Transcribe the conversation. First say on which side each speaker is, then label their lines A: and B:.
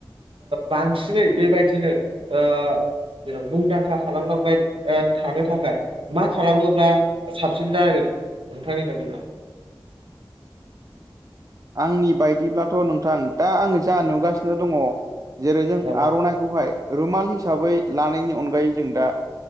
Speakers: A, on the right; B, on the right.
A: बांसिनै बेबायदिनो ओ जेन मुंदांखा खालामलांबाय थानो थाखाय मा खालामोब्ला साबसिन जानांगोन नोंथांनि बायदिब्ला
B: आंनि बायदिब्लाथ नोंथां दा आङो जा नुगासिनो दङ जेरै जों
A: औ
B: आर'नाइखौहाय रुमाल हिसाबै लानायनि अनगायै जों दा